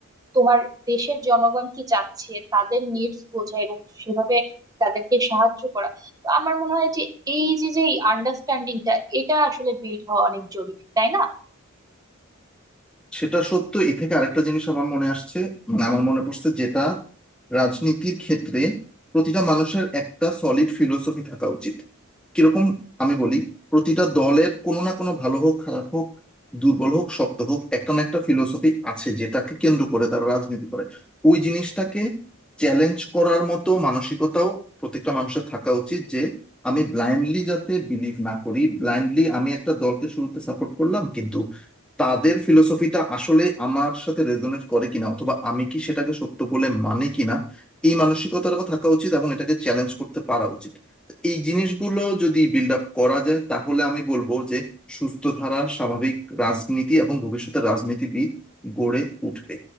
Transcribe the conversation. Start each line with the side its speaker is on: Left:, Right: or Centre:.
Right: তোমার দেশের জনগণ কি চাচ্ছে তাদের নিডস বোঝা এবং সেভাবে তাদেরকে সাহায্য করা তো আমার মনে হয় যে এই যে যে আন্ডারস্ট্যান্ডিংটা এটা আসলে বিল্ড হওয়া অনেক জরুরি তাই না
Centre: সেটা সত্য এ থেকে আরেকটা জিনিস আমার মনে আসছে মানে আমার মনে পড়ছে যেটা রাজনীতির ক্ষেত্রে প্রতিটা মানুষের একটা সলিড ফিলোসফি থাকা উচিত কিরকম আমি বলি প্রতিটা দলের কোনো না কোনো ভালো হোক খারাপ হোক দুর্বল হোক শক্ত হোক একটা না একটা ফিলোসফি আছে যেটাকে কেন্দ্র করে তারা রাজনীতি করে ওই জিনিসটাকে চ্যালেঞ্জ করার মতো মানসিকতাও প্রত্যেকটা মানুষের থাকা উচিত যে আমি ব্লাইন্ডলি যাতে বিলিভ না করি ব্লাইন্ডলি আমি একটা দলকে শুরুতে সাপোর্ট করলাম কিন্তু তাদের ফিলোসফিটা আসলে আমার সাথে রেজোনেট করে কিনা অথবা আমি কি সেটাকে সত্য বলে মানে কিনা এই মানসিকতাটাও থাকা উচিত এবং এটাকে চ্যালেঞ্জ করতে পারা উচিত তো এই জিনিসগুলো যদি বিল্ড আপ করা যায় তাহলে আমি বলবো যে সুস্থ ধারার স্বাভাবিক রাজনীতি এবং ভবিষ্যতে রাজনীতিবিদ গড়ে উঠবে